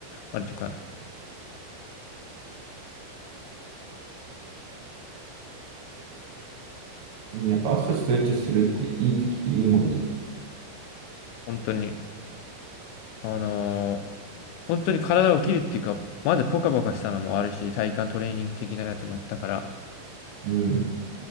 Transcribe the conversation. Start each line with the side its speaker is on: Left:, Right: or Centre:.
Left: あるとか、
Right: いいね。やっぱ朝ストレッチするっていいって言うもんね。
Left: 本当に。あのー本当に体を切るっていうか、まずポカポカしたのもあるし、体幹トレーニング的なやつもあったから、
Right: うん。